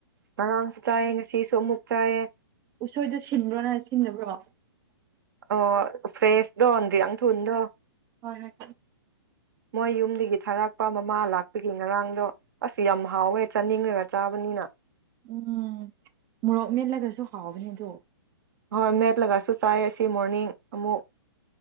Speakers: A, on the right (about 55°); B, on the right (about 20°).
A: ꯃꯅꯥꯡꯁꯨ ꯆꯦ ꯉꯁꯤꯁ ꯇꯣꯃꯨꯛ ꯆꯌꯦ
B: ꯎꯁꯣꯏꯗꯨꯣ ꯁꯤꯟꯕ꯭ꯔꯣꯅ ꯁꯤꯟꯗꯕ꯭ꯔꯣ
A: ꯑ ꯐ꯭ꯔꯦꯁꯗꯟ ꯔꯤꯌꯥ ꯊꯟꯗ
B: ꯍꯣꯏ ꯍꯣꯏ
A: ꯃꯣꯏ ꯌꯨꯝꯗꯒꯤ ꯊꯥꯔꯛꯄ ꯃꯃꯥ ꯂꯥꯛꯄꯒꯤ ꯉꯔꯥꯡꯗꯣ ꯑꯁ ꯌꯥꯝ ꯍꯥꯎꯋꯦ ꯆꯥꯅꯤꯡꯉꯒ ꯆꯥꯕꯅꯤꯅ
B: ꯎꯝ ꯃꯣꯔꯣꯛ ꯃꯦꯠꯂꯒꯁꯨ ꯍꯥꯎꯕꯅꯤ ꯑꯗꯣ
A: ꯍꯣꯏ ꯃꯦꯠ ꯂꯥꯏꯁꯨ ꯆꯥꯏ ꯑꯁꯤ ꯃꯣꯔꯅꯤꯡ ꯑꯃꯨꯛ